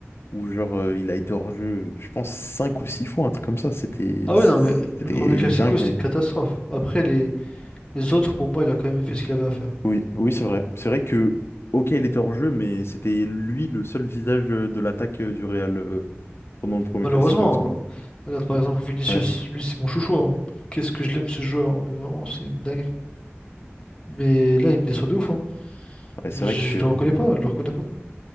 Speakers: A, on the left (about 60°); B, on the left (about 15°).
A: où genre euh, il a été hors jeu, je pense cinq ou six fois, un truc comme ça. C'était
B: Ah
A: c'était
B: ouais, non, mais le premier Classico,
A: une dinguerie.
B: c'était une catastrophe. Après, les, les autres, pour moi, il a quand même fait ce qu'il avait à faire.
A: Oui, oui, c'est vrai. C'est vrai que, ok, il était hors jeu, mais c'était lui le seul visage euh, de l'attaque euh, du Real euh, pendant le premier
B: Malheureusement,
A: classico, en tout cas.
B: hein. Regarde par exemple Vinicius,
A: Ouais,
B: lui, c'est mon chouchou. hein. Qu'est-ce que je l'aime ce joueur, hein, mais vraiment, c'est une dingue. Mais là, il me déçoit de ouf. hein.
A: ouais, c'est
B: Je
A: vrai que
B: le reconnais pas, je le reconnais pas.